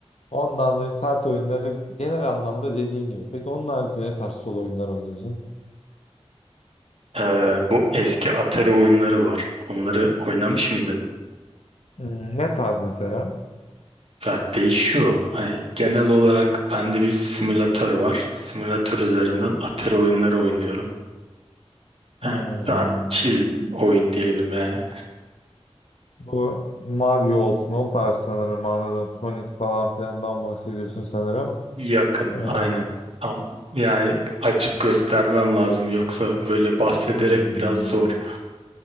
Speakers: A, on the left; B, on the right.
A: Ondan da kart oyunları genel anlamda dediğin gibi. Peki onun haricinde ne tarz solo oyunlar oynuyorsun?
B: Ee, bu eski Atari oyunları var. Onları oynamış mıydın?
A: Hmm, ne tarz mesela?
B: Ya değişiyor. Hani genel olarak bende bir simülatör var. Simülatör üzerinden Atari oyunları oynuyorum.
A: Hmm.
B: Yani daha chill oyun diyelim yani.
A: Bu Mario olsun o tarz sanırım anladım. Sonic falan filandan bahsediyorsun sanırım.
B: Yakın,
A: Evet.
B: aynen. Tam yani açıp göstermem lazım yoksa böyle bahsederek
A: Hmm,
B: biraz zor.